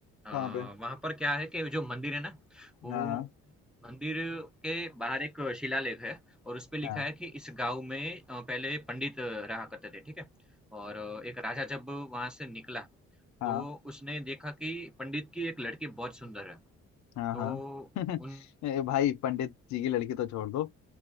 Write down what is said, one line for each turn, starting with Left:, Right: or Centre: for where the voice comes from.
Centre: आ,
Left: कहाँ पे
Centre: वहाँ पर क्या है कि जो मंदिर है ना वो
Left: हाँ
Centre: मंदिर के बाहर एक शिलालेख है और उस पे लिखा
Left: हाँ
Centre: है कि इस गांव में अ, पहले पंडित रहा करते थे ठीक है और अ, एक राजा जब वहां से निकला
Left: हाँ
Centre: तो उसने देखा कि पंडित की एक लड़की बहुत सुंदर है तो
Left: हाँ हाँ <laughs>
Centre: उन
Left: ए, भाई पंडित जी की लड़की तो छोड़ दो